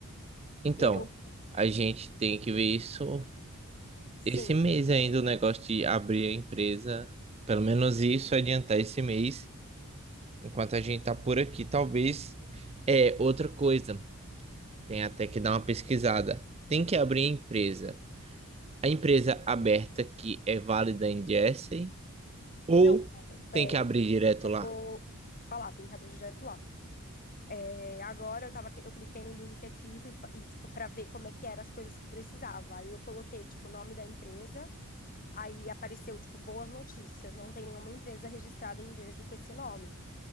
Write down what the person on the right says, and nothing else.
Então,
a gente tem que ver isso
esse mês ainda, o negócio de abrir a empresa. Pelo menos isso adiantar esse mês. enquanto a gente tá por aqui, talvez. É, outra coisa, tem até que dar uma pesquisada. Tem que abrir a empresa. A empresa aberta que é válida em Jersey ou
tem que abrir direto
lá?